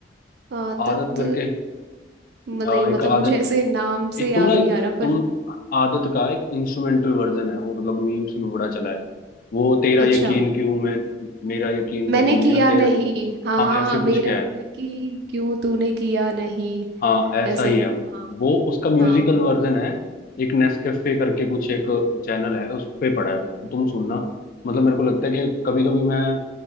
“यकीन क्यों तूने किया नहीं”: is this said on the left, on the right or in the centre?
Right